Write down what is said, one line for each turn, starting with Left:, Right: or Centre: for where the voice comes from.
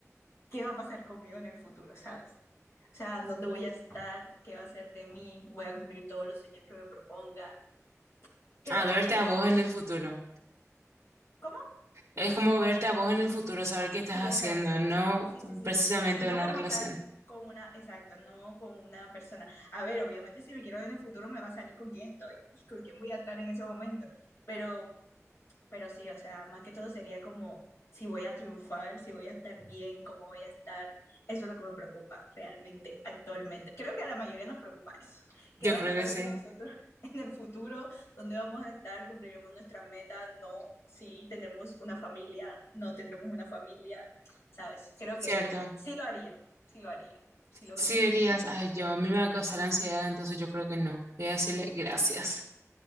Left: qué va a pasar conmigo en el futuro, ¿sabes? O sea, dónde voy a estar, qué va a ser de mí, voy a cumplir todos los sueños que me proponga. Creo
Right: A verte
Left: que eso,
Right: a vos en el futuro.
Left: ¿cómo?
Right: Es como verte a vos en el futuro, saber qué estás
Left: Sí,
Right: haciendo,
Left: exacto.
Right: no
Left: Sí, sí, sí.
Right: precisamente
Left: No
Right: una
Left: como
Right: relación.
Left: tal con una, exacto, no con una persona. A ver, obviamente si me quiero ver en el futuro me va a salir con quién estoy, <laughs> con quién voy a estar en ese momento, pero Pero sí, o sea, más que todo sería como si voy a triunfar, si voy a estar bien, cómo voy a estar. Eso es lo que me preocupa realmente actualmente. Creo que a la mayoría nos preocupa eso. <laughs>
Right: Yo
Left: ¿Qué va
Right: creo
Left: a pasar
Right: que sí,
Left: de nosotros <laughs> en el futuro? ¿Dónde vamos a estar? ¿Cumpliremos nuestra meta? No, sí, tendremos una familia, no tendremos una familia, ¿sabes? Creo
Right: cierto.
Left: que sí lo haría, sí lo haría, sí lo
Right: Sí
Left: vería.
Right: dirías, ay, yo, a mí me va a causar ansiedad, entonces yo creo que no. Voy a decirle gracias.